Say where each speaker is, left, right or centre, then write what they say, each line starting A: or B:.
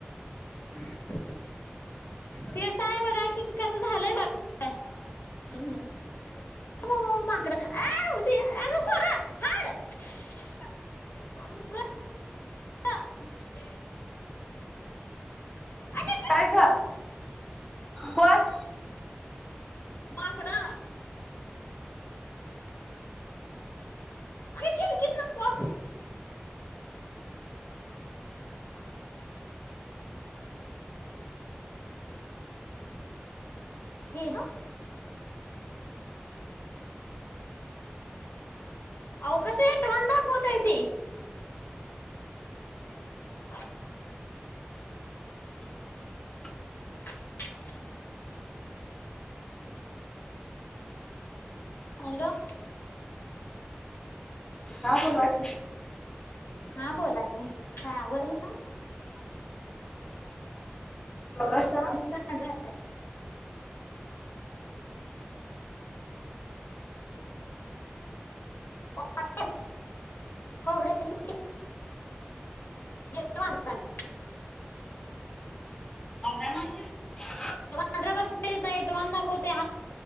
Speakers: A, on the left (about 65°); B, on the left (about 15°).
A: <inaudible> ते काय बघा कि, कस झालंय बघा. हम‌्. <inaudible> खोबरं. <unintelligible>
B: काय ग? कोण?
A: माकडं. खिडकीतन वाक गेलं? अव कसं ये तोंड दाखवतय ते. <inaudible>
B: <inaudible>
A: <inaudible> हॅलो.
B: हा बोला की.
A: हा बोला की, काय आवरलं?
B: जेवलसा?
A: <unintelligible> <unintelligible> खोबऱ्याची नेल वांडरानी.
B: <inaudible>
A: ते वानडर बसलेलित ॲडव्हान दाखवतय.